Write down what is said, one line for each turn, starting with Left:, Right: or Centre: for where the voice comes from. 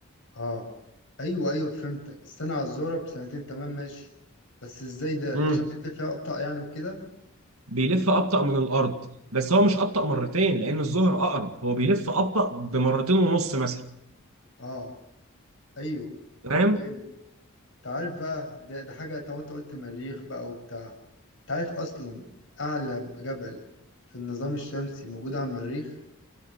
Left: اه ايوه ايوه فهمتك السنة على الزهرة بسنتين تمام ماشي بس ازاي ده
Right: امم
Left: عشان بتلف فيها ابطأ يعني وكده
Right: بيلف أبطأ من الأرض بس هو مش أبطأ مرتين لأن الزهر أقرب هو بيلف أبطأ بمرتين ونص مثلا
Left: اه ايوه
Right: فاهم
Left: فهمت انت عارف بقى ده, ده حاجة طالما انت قلت مريخ بقى وبتاع انت عارف اصلا اعلى جبل في النظام الشمسي موجود على المريخ